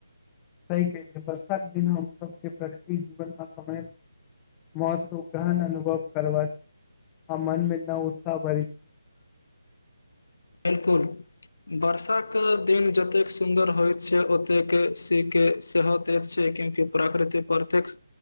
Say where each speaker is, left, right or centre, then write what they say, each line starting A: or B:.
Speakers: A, on the left; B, on the left.
A: त केलि वर्षाक दिन हम सबके प्रकृति जीवन आ समय मत्व गहन अनुभव कर हम मनमे न उत्साह बरैत छी
B: बिल्कुल वर्षा के दिन जतेक सुन्दर होइत छै ओतेक सी के सेह दैत छै क्यंकि प्रकृतििक प्रत्यक